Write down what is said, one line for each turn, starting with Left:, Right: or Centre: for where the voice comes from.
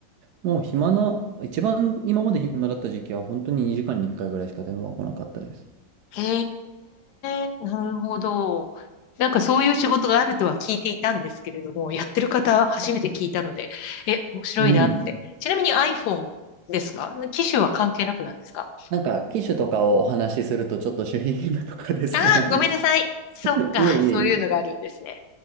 Right: もう暇な、一番今まで暇だった時期は本当に2時間に1回ぐらいしか電話は来なかったです。
Left: ん。へえ、なるほど。なんかそういう仕事があるとは聞いていたんですけれども、やってる方初めて聞いたので、え、面白いなって。
Right: うん。
Left: ちなみに iPhone ですか機種は関係なくなんですか
Right: なんか、機種とかをお話しするとちょっと守秘義務とか出そうなので
Left: ああー、ごめんなさい。
Right: <laughs>
Left: そっか、
Right: いえいえいえ。
Left: そういうのがあるんですね。